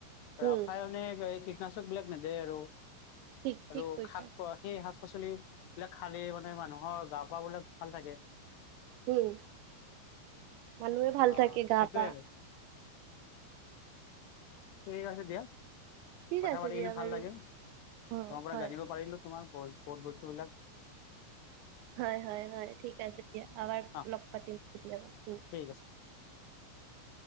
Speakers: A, on the left; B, on the right.
A: ৰাসায়নিক
B: উম
A: এই কীটনাশক বিলাক নেদে আৰু।
B: ঠিক
A: আৰু
B: ঠিক কৈছা
A: শাক সেই শাক পাচলি বিলাক খালেই মানে মানুহ অ' গা পা বোলে ভাল থাকে।
B: উম। মানুহে ভাল
A: অ
B: থাকে গা
A: সেইটোয়ে
B: পা।
A: আৰু ঠিক আছে দিয়া।
B: ঠিক
A: কথা
B: আছে
A: পাতি
B: দিয়া
A: কিনে ভাল
B: বাৰু
A: লাগিলে,
B: অ
A: তোমাৰ পৰা
B: হয়
A: জানিব পাৰিলো তোমাৰ ব ক'ত বস্তুবিলাক
B: হয়, হয়, হয়, ঠিক আছে দিয়া <unintelligible>
A: অ
B: লগ পাতিম কেতিয়াবা। উম
A: ঠিক আছে।